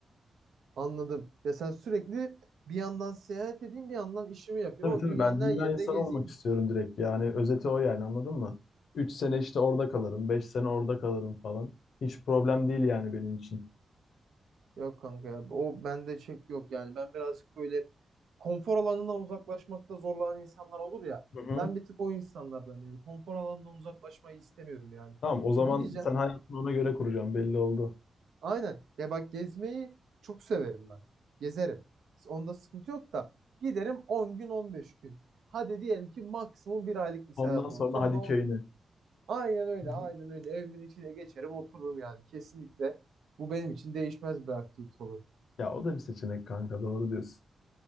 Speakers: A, on the right; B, on the left.
A: Anladım. Ya sen sürekli bir yandan seyahat edeyim bir yandan işimi yapayım
B: Tabii
A: ama
B: tabii
A: dünyanın
B: ben dünya
A: her yerinde
B: insanı
A: gezeyim.
B: olmak istiyorum direkt. Yani özeti o yani anladın mı? 3 sene işte orada kalırım, 5 sene orada kalırım falan. Hiç problem değil yani benim için.
A: Yok kanka ya o bende çek yok yani ben birazcık böyle konfor alanından uzaklaşmakta zorlanan insanlar olur ya.
B: Hı hı.
A: Ben bir tık o insanlardan yani konfor alanından uzaklaşmayı istemiyorum yani.
B: Tamam o zaman
A: O gideceğim.
B: sen hayatını ona göre kuracaksın belli oldu.
A: Aynen. Ya bak gezmeyi çok severim ben. Gezerim. Onda sıkıntı yok da giderim On gün 15 gün. Hadi diyelim ki maksimum bir aylık bir seyahat
B: Ondan sonra
A: olur. Sonra
B: hadi
A: o
B: köyüne.
A: Aynen öyle,
B: <laughs>
A: aynen öyle. Evimin içine geçerim, otururum yani. Kesinlikle bu benim için değişmez bir aktivite olur.
B: Ya o da bir seçenek kanka doğru diyorsun.